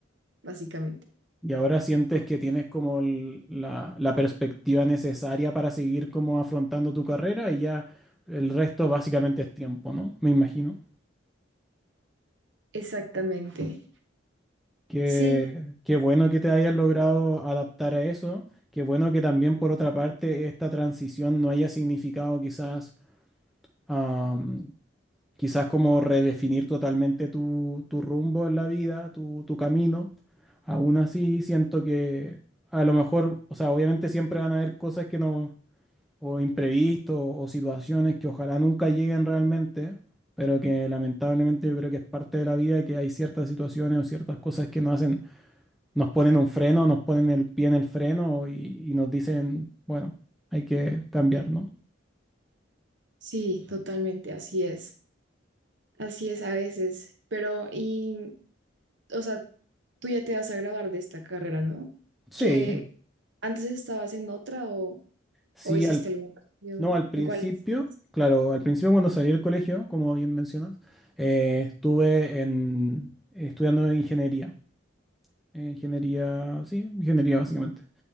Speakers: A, on the right (about 65°); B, in the centre.
A: básicamente.
B: Y ahora sientes que tienes como el- la, la perspectiva necesaria para seguir como afrontando tu carrera y ya el resto básicamente es tiempo, ¿no? Me imagino.
A: Exactamente.
B: Qué,
A: Sí,
B: qué bueno que te hayas logrado adaptar a eso. Qué bueno que también por otra parte esta transición no haya significado quizás, am, quizás como redefinir totalmente tu, tu rumbo en la vida, tu, tu camino. Aún así siento que a lo mejor, o sea, obviamente siempre van a haber cosas que no o imprevistos o situaciones que ojalá nunca lleguen realmente, pero que lamentablemente yo creo que es parte de la vida que hay ciertas situaciones o ciertas cosas que nos hacen, nos ponen un freno, nos ponen el pie en el freno y, y nos dicen, bueno, hay que cambiar, ¿no?
A: sí, totalmente, así es. Así es a veces. Pero, y, o sea, tú ya te vas a graduar de esta carrera, ¿no?
B: Sí,
A: Que antes estabas en otra o,
B: sí,
A: o hiciste
B: al,
A: algún cambio.
B: no, al principio,
A: ¿En cuál estás?
B: claro, al principio cuando salí del colegio, como bien mencionas, eh, estuve en, estudiando ingeniería, eh, ingeniería, sí, ingeniería básicamente.